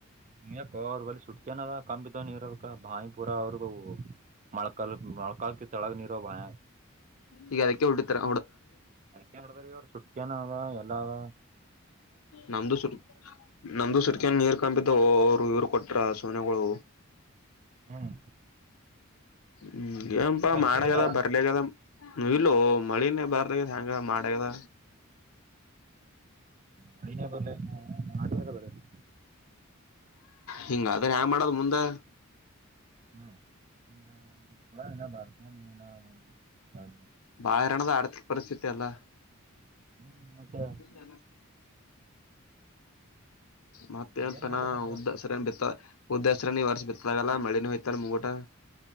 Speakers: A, on the right; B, on the left.
A: ಹ ಯಾಕ ಅವ್ರ ಬಳ ಸುಟ್ತನದ ಕಂಬಿದವ ನೀರ್ ಅದಕ ಬಾಯಿಪುರ ಅವ್ರಗ ಮಳಕಲ್ ಮಳಕಲ್ಕ್ಕೆ ತಡಕ ನೀರೋ ಭಾಯ
B: ಈಗ ಅದಕ್ಕೆ ಹೊಡ್ಡಿತಡ
A: ಅದಕ್ಕೆ ಮಾಡ್ಬ್ರ ಅವರು ಸುಟ್ಕೇನ ಅವ ಎಲ್ಲ ಅವ
B: ನಮ್ದು ಸುರ್ ನಮ್ದು ಸರ್ ನೀರ್ ಕಾಣಪಿದ್ದೆ ಅವರು ಇವ್ರು ಕೊಟ್ರ ಸೋನೆಗಳು
A: ಹ್ಮ್
B: ಹ್ಮ್ ಏಪಾ
A: ನಿಂಬಲ್ಲಿ
B: ಮಾಡಗದ
A: ನೀರಿಲ್ಲ
B: ಬರ್ಲಿಗದ ಇಲ್ಲೋ ಮಳನೇ ಬಾರ್ದಾಗದ ಹೆಂಗ ಮಾಡ್ಯಗದ
A: ಮಳಿನೇ ಬರಲಿ ನಡಿನಾಗ ಬರಲಿ
B: ಹಿಂಗ ಅ್ರ ಯಾ ಮಾಡದು್ ಮುಂದೆ
A: ಹ್ಮ್ಡಏ ಬರ್ತ ನೀ ಏನ ಹ
B: ಬಹಣದ ಆರ್ಥಿಕ ಪರಿಸ್ಥಿತಿ ಅಲ್ಲ
A: ಹ್ಮ್ ಮತ್ತೆ
B: ಇ ಮತ್ತೆ
A: ಏನ್
B: ಪನ
A: ಮಾಡದಪ್ಪ
B: ಉದ್ದ ಸರಿಯ ಬಿತ್ತ ಉದ್ದಸರ ನೀವ ವರ್ಷ ಬಿತ್ತದಾಗಲ್ಲ ಮಳೆನ ಹಯ್ತಲ್ಲ ಮುಗೋಟ